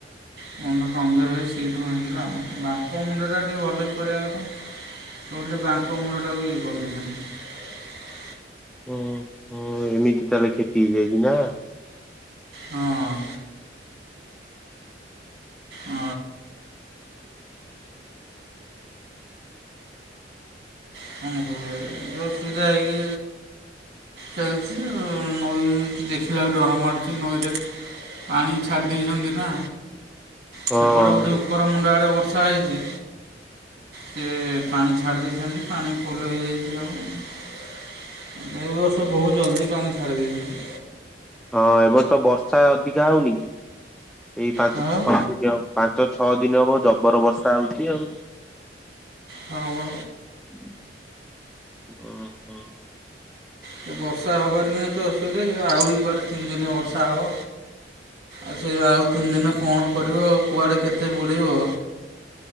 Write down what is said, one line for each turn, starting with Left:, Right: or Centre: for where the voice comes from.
Right: ମୁଣ୍ଡ କମଜୋର ହେଇ ସିଟ୍ ଭାଙ୍ଗିଲା। ବାପ ମୁଣ୍ଡଟା ଟିକେ ଭଲକି କରିବା କଥା। ଓଲଟେ ବାଙ୍କ ମୂଳ ଟାକୁ ଇଏ କରିଦେଇଥାନ୍ତ।
Centre: ହୁଁ ହୁଁ ଏମିତି ତାହେଲେ କ୍ଷତି ହେଇଯାଇଚି ନା।
Right: ହଁ ଅ। ଆ। କଣ କରିବ ଯେ ଅସୁବିଧା ହେଇକି ଚାଲିଚି ଆଉ ନଈକି ଦେଖିଲାରୁ ଡରମାଡୁଛି। ସେ ନଈରେ ପାଣି ଛାଡ଼ି ଦେଇଛନ୍ତି ନା।
Centre: ହଁ
Right: ସେପଟେ ବୋଧେ ଉପର ମୁଣ୍ଡ ଆଡେ ବର୍ଷା ହେଇଚି ସେ ପାଣି ଛାଡି ଦେଇଚି। ଜାଣିଚୁ ପାଣି ଫୁଲ ହେଇ ଯାଇଚି ଆଉ। ଏ ବର୍ଷ ବହୁତ ଜଲଦି ପାଣି ଛାଡ଼ି ଦେଇଛନ୍ତି।
Centre: ହଁ ଏବର୍ଷ ବର୍ଷା ଅଧିକା ହଉନି କି ଏଇ ପାଞ୍ଚ
Right: ହଁ
Centre: ଛଅ ଦିନ ହବ ପାଞ୍ଚ ଛ ଛଅ ଦିନ ହବ ଜବର ବର୍ଷା ହଉଚି ଆଉ।
Right: ହଁ ବା।
Centre: ହୁଁ ହଁ ହଁ।
Right: ଏ ବର୍ଷା ହବାର ନାହିଁ ତ ଅସୁବିଧା ଇଏ ଆଉରି କୁଆଡେ ତିନି ଦିନ ବର୍ଷା ହବ। ଆଚ୍ଛା ଇଏ ଆଉ ତିନି ଦିନରେ କଣ କରିବ କୁଆଡ଼େ କେତେ ବୁଡ଼େଇବ।